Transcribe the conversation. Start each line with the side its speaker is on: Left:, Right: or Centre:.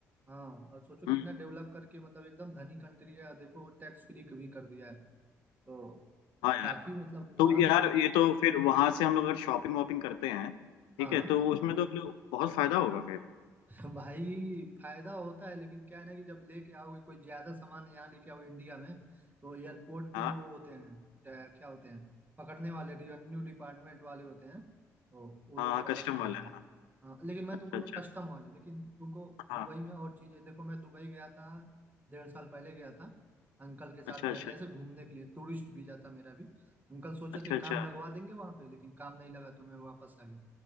Right: हाँ और सोचो
Left: हम्म
Right: कितना डेवलप करके मतलब एकदम धनी कंट्री है और देखो टैक्स फ्री भी कर दिया है तो
Left: हाँ यार
Right: काफी मतलब वहां
Left: तो यार
Right: पे का,
Left: ये तो फिर वहां से हम लोग अगर शॉपिंग वॉपिंग करते हैं ठीक
Right: हाँ
Left: है तो उसमें तो लोग- बहुत फायदा होगा फिर
Right: <laughs> भाई फायदा होता है लेकिन क्या है ना कि जब लेके आओगे कोई ज्यादा सामान यहाँ लेके आओ इंडिया में तो एयरपोर्ट पे
Left: हाँ
Right: वो होते हैं ट- क्या होते हैं पकड़ने वाले रेवेन्यू डिपार्टमेंट वाले होते हैं तो वो लोग
Left: हाँ
Right: पकड़
Left: कस्टम
Right: लेते
Left: वाला
Right: हैं
Left: है हाँ
Right: हाँ लेकिन मैं
Left: अच्छा
Right: तुमको
Left: अच्छा
Right: कस्टम वाले लेकिन तुमको
Left: हाँ
Right: दुबई में और चीजें देखो मैं दुबई गया था डेढ़ साल पहले गया था अंकल के साथ
Left: अच्छा
Right: गया
Left: अच्छा
Right: था ऐसे घूमने के लिए टूरिस्ट वीजा था मेरा भी अंकल सोचे
Left: अच्छा
Right: थे काम
Left: अच्छा
Right: लगवा देंगे वहां पे लेकिन काम नहीं लगा तो मैं वापस आ गया